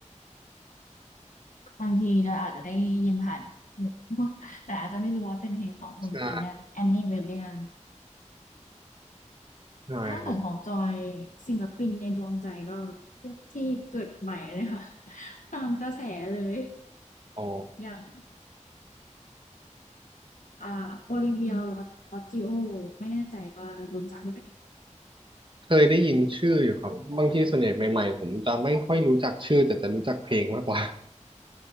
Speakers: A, on the left; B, on the right.
A: บางทีเราอาจจะได้ยินผ่านหูแต่อาจจะไม่รู้ว่าเป็นเพลงของคุณแอนแอนนี่เวเลียน
B: ใช่ใช่ครับ
A: ถ้าเกิดของจอยศิลปินในดวงใจก็พวกที่เกิดใหม่เลยค่ะ <laughs> ตามกระแสเลย
B: อ๋อ
A: อย่างอ่าโอลิเวียโรจิโอไม่แน่ใจว่ารู้จักไหม
B: เคยได้ยินชื่ออยู่ครับบางทีส่วนใหญ่ใหม่ๆผมจะไม่ค่อยรู้จักชื่อแต่จะรู้จักเพลงมากกว่า